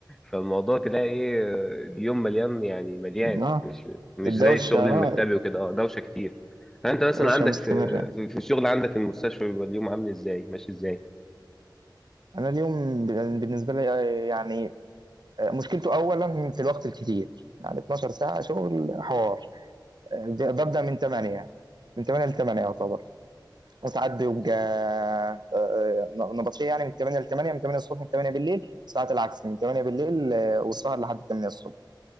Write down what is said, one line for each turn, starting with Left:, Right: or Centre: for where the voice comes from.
Centre: فالموضوع تلاقي ايه اليوم مليان يعني مليان
Right: اه
Centre: مش مش
Right: الدوشة
Centre: زي الشغل المكتبي
Right: اه
Centre: وكده اه دوشه كتير انت مثلا
Right: الدوشة
Centre: عندك
Right: مستمرة
Centre: في في في الشغل عندك المستشفى بيبقى اليوم عامل ازاي ماشي ازاي
Right: أنا اليوم ب- بالنسبة لي آه، يعني آه، مشكلته أولا في الوقت الكتير يعني 12 ساعة شغل حوار آه، ب- ببدأ من 8 من 8 ل 8 يعتبر وساعات بيبقى آه، آه، نبطشية يعني من 8 ل 8 من 8 الصبح ل 8 بالليل ساعات العكس من 8 بالليل آه، والسهر لحد 8 الصبح